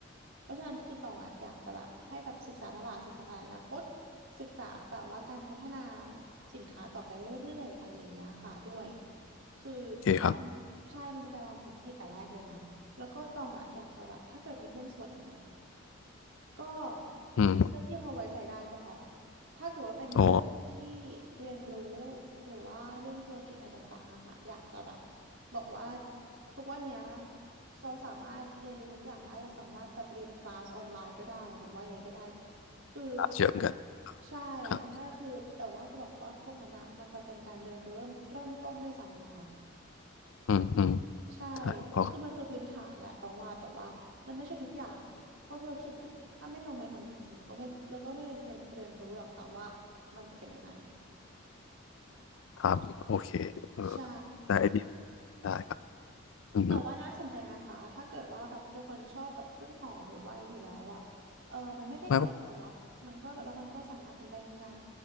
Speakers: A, on the right; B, on the left.
A: เพราะฉะนั้นคือตองอ่ะอยากจะแบบให้แบบศึกษาตลาดศึกษาตลาดอนาคตศึกษาแบบว่าการพัฒนาสินค้าต่อไปเรื่อยๆอะไรอย่างเงี้ยค่ะด้วยคือ
B: โอเคครับ
A: มันใช่มันเป็นการวางแผนที่ดีแต่แรกเลยนะแล้วก็ตองอ่ะอยากจะแบบถ้าเกิดมีหุ้นส่วนอย่างเงี้ย ก็
B: อืม
A: เรื่องที่เขาไว้ใจได้ก็พอถ้าเกิดว่าเป็นเรื่องที่
B: อ๋อ
A: เรียนรู้หรือว่าเรื่องธุรกิจอะไรต่างๆอะค่ะ อยากจะแบบบอกว่าทุกวันเนี้ยเราสามารถเรียนรู้ทุกอย่างได้เราสามารถแบบเรียนคลาสออนไลน์ก็ได้หรือว่ายังไงก็ได้คือ
B: เชื่อมกัน
A: ใช่อันนั้นก็คือแต่ว่าจะบอกว่าพวกนั้นอะมันจะเป็นการเรียนรู้เริ่มเริ่มต้นด้วยซ้ำนะคะ
B: ครับอืมอืม
A: ใช่
B: ใช่พอ
A: คือมันคือพื้นฐานแหละต้องว่าแต่ว่ามันไม่ใช่ทุกอย่างเพราะธุรกิจล่ะถ้าไม่ลงมือทำจริงๆแล้วก็ไม่แล้วก็ไม่ได้เรียนเรียนรู้หรอกค่ะว่ามันจะเป็นยังไง
B: ครับโอเคเออ
A: ใช่
B: ได้ไอเดียได้ครับอืม
A: แต่ว่าน่าสนใจนะคะถ้าเกิดว่าแบบเป็นคนชอบแบบเครื่องหอมหรือว่าอะไรอยู่แล้วอ่ะเออมันไม่ได้ไกลตัวเนาะมันก็แล้วมันก็สามารถทำได้ง่าย
B: ไม่